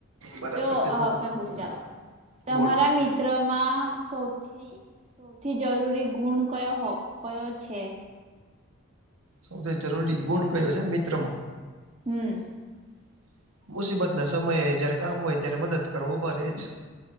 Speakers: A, on the right; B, on the right.
A: બરાબર
B: જો
A: છે તો
B: પૂછી ચાલો તમારા
A: બોલો
B: મિત્ર ચ્રમાં સૌથી સૌથી જરૂરી ગુણ કયો કયો છે.
A: સૌથી જરૂરી ગુણ કયો છે, મિત્ર મા
B: હમ્મ
A: હ મુસીબત ના સમયે જયારે કામ હોય ત્યારે મદદ કરો ઊભા રહે જ